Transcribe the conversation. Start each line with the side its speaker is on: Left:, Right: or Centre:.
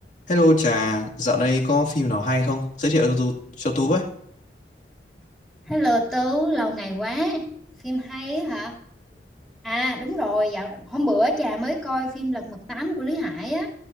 Left: Hello Trà, dạo đây có phim nào hay không? Giới thiệu cho Tú, cho Tú với.
Centre: Hello Tú, lâu ngày quá. Phim hay á hả? À đúng rồi, dạo hôm bữa trà mới coi phim Lật Mặt Tám của Lý Hải á.